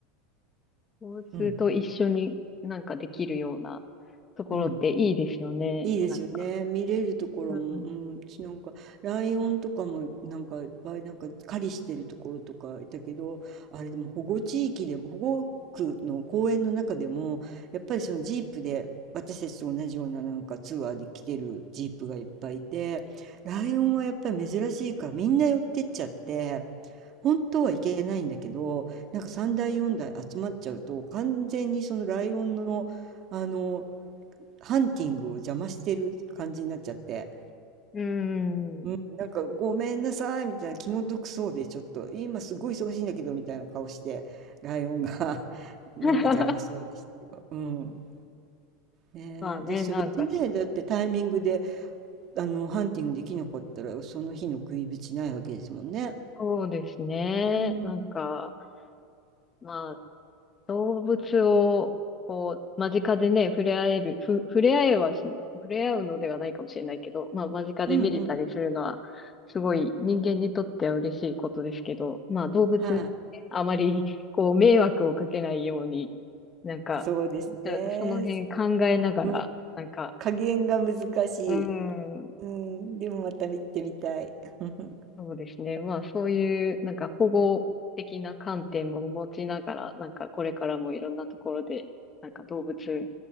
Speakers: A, on the left; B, on the right.
A: 動物と一緒になんかできるような
B: うん、
A: ところっていいですよね、
B: うん。いいですよね。
A: なんか。
B: 見れるところも、
A: うん。
B: うん、私なんか、ライオンとかも、なんか、いっぱい、なんか、狩りしてるところとかいたけど、あれでも保護地域でも、保護区の公園の中でも、やっぱりそのジープで、私たちと同じようななんかツアーで来てるジープがいっぱいいて、ライオンはやっぱり珍しいから、みんな寄ってっちゃって、本当はいけないんだけど、なんか3台4台集まっちゃうと、完全にそのライオンの、あの、ハンティングを邪魔してる感じになっちゃって、
A: うん。
B: うん、なんかごめんなさいみたいな気の毒そうでちょっと今すごい忙しいんだけどみたいな顔してライオンが <laughs> なんか邪魔そうでしたけど、
A: <laughs>
B: うん、ねえ、
A: まあね、
B: でそれでねだってタイミングで
A: なんかし、
B: あのハンティングできなかったらその日の食いぶちないわけですもんね。
A: そうですね。
B: うん、
A: なんか、まあ、動物を、こう、間近でね、触れ合える、ふ、触れ合えはし、触れ合うのではないかもしれないけど、まあ、間近で見れたりするのは、
B: うんうん、
A: すごい人間にとっては嬉しいことですけど、まあ、動物ね、
B: はい、
A: あまり、こう、迷惑をかけないように、なんか、
B: そうですね、
A: そその辺考えながら、
B: うん、
A: なんか、
B: 加減が難しい、
A: うーん、
B: うん、でもまた見てみたい。<laughs>
A: そうですね。まあ、そういう、なんか保護的な観点も持ちながら、なんかこれからもいろんなところで、なんか動物